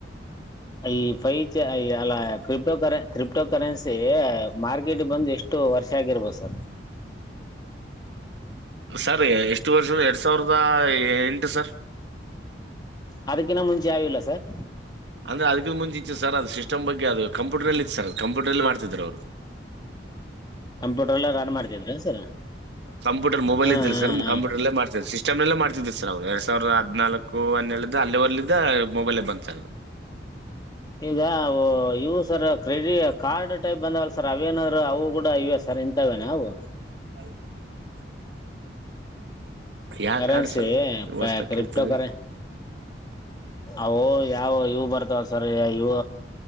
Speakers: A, on the left; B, on the right.
A: ಈ ಫೈವ ಚ ಅಲ್ಲ ಕ್ರಿಪ್ಟೋ ಕರೆ <unintelligible> ಕ್ರಿಪ್ಟೋ ಕರೆನ್ಸಿ ಮಾರ್ಕೆಟ್ ಬಂದು ಎಷ್ಟು ವರ್ಷ ಆಗಿರ್ಬೋದು ಸರ್
B: ಸರ್ ಎಷ್ಟು ವರ್ಷ ಎರಡ್ ಸಾವಿರದ ಎಂಟು ಸರ್
A: ಅದಕ್ಕಿನ್ನ ಮುಂಚೆ ಆಗಿಲ್ಲ ಸರ್
B: ಅಂದ್ರೆ ಅದಕ್ಕ ಮುಂಚೆ ಇತ್ತು ಸರ್ ಅದು ಸಿಸ್ಟಮ್ ಬಗ್ಗೆ ಅದು ಕಂಪ್ಯೂಟರ್ ಅಲ್ಲಿ ಇತ್ತು ಸರ್ ಕಂಪ್ಯೂಟರ್ಲ್ಲಿ ಮಾಡ್ತಿದ್ರು ಅವರು
A: ಕಂಪ್ಯೂಟರ್ಲ್ಲ ರನ್ ಮಾಡ್ತಿದ್ರಾ ಸರ್
B: ಕಂಪ್ಯೂಟರ ಮೊಬೈಲ್
A: ಹಾ
B: ಇದ್ದಿಲ್ಲ
A: ಹಾ
B: ಸರ್
A: ಹಾ
B: ಕಂಪ್ಯೂಟರ್ಲ್ಲ ಮಾಡ್ತಿದ ಸಿಸ್ಟಮ್ಲ್ಲೇ ಮಾಡ್ತಿದಿ ಸರ್ ಅವಾಗ ಸಾವಿರದ ಹದ್ನಾಲ್ಕು ಹನ್ನೇಳ್ದು ಅಲ್ಲಿೇ ಹೊರ್ಲಿದ ಮೊಬೈಲ್ ಬಂತ
A: ಈಗ ಅವು ಇವು ಸರ ಕ್ರೆಡಿ ಕಾರ್ಡ್ ಟೈಪ್ ಬಂದವಲ್ಲ ಸರ್ ಅವೇನಾದ್ರು ಅವು ಕೂಡ ಇವೆ ಸರ್ ಇಂತವೇನ ಅವು
B: ಹ ಯಾವ
A: ಕರೆನ್ಸಿ
B: ಕಾರ್ಡ್ ಸರ್ ಅದು ಹೊಸ್ದಾಗಿ
A: ಕ್ರಿಪ್ಟೋ
B: ಕೇಳ್ತದ್ರಿ
A: ಕರೆ ಅವೂ ಯಾರ ನಾವು ಇವು ಬರ್ತಾವ ಸರ್ ಇವು